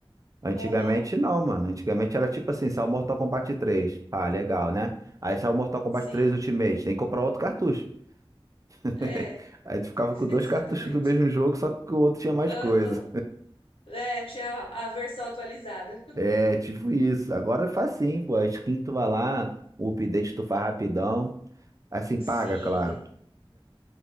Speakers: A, on the right; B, on the left.
A: Antigamente
B: Aham,
A: não, mano. Antigamente era tipo assim, saiu Mortal Kombat três Ah, legal, né? Aí saiu Mortal Kombat
B: sim.
A: três Ultimate, tem que comprar outro cartucho. <laughs>
B: É,
A: Aí tu ficava
B: <laughs>
A: com dois cartuchos
B: exatamente.
A: do mesmo jogo, só que o outro tinha mais
B: Aham.
A: coisa.
B: É, tinha a versão atualizada.
A: É, tipo isso. Agora é facinho, pô. A skin tu vai lá, o update tu faz rapidão. Assim, paga,
B: Sim.
A: claro.